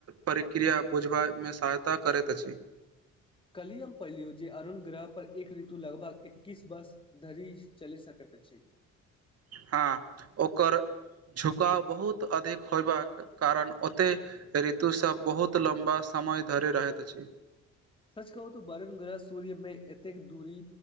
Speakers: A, on the right; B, on the left.
A: प्रक्रिया बुझबामे सहाय त करैत अछि
B: कल्ही हम पढ़लियौ जे अरून ग्रह पर एक ऋतु लगभग एक्किस वर्ष धरी चलि सकत छै
A: हँ ओकर झुकाव बहुत अधिक होयबाक कारण ओतेक ऋतु सब बहुत लम्बा समय धर रहैत अछि
B: सच कहू त बरुण ग्रह सूर्यमें एतेक दूरी